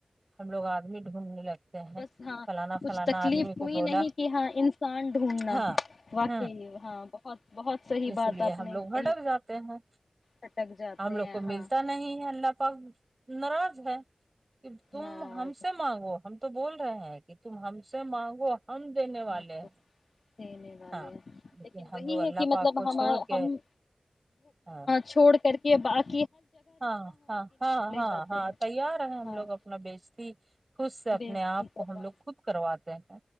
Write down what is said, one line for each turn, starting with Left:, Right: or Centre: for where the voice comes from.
Right: ہم لوگ آدمی ڈھونڈنے لگتے ہیں
Left: بس ہاں
Right: فلانا
Left: کچھ
Right: فلانا
Left: تکلیف
Right: آدمی کو
Left: ہوئی
Right: بولا
Left: نہیں کہ ہاں انسان ڈھونڈنا
Right: ہاں
Left: واقعی
Right: ہو
Left: ہاں بہت بہت صحیح
Right: اس
Left: بات
Right: لیے
Left: آپ
Right: ہم
Left: نے
Right: لوگ بھٹک
Left: کہی
Right: جاتے ہیں
Left: اٹک جاتے
Right: ہم لوگ
Left: ہیں
Right: کو ملتا
Left: ہاں
Right: نہیں ہے اللہ پاک ناراض ہے کہ تم
Left: ناراض
Right: ہم سے مانگو ہم تو بول رہے ہیں کہ تم ہم سے مانگو ہم دینے
Left: ہاں
Right: والے ہیں
Left: دینے والے
Right: ہاں لیکن ہم
Left: وہی
Right: لوگ اللہ
Left: ہے کہ مطلب
Right: پاک کو
Left: ہم
Right: چھوڑ کے
Left: ہم
Right: ہاں
Left: چھوڑ کر کے بعد
Right: ہاں ہاں ہاں ہاں
Left: جاتے
Right: ہاں
Left: ہیں
Right: تیار ہے ہم
Left: ہاں
Right: لوگ اپنا بیجتی خود سے اپنے
Left: بےزتی
Right: آپ کو
Left: کروا
Right: ہم لوگ خود کرواتے ہیں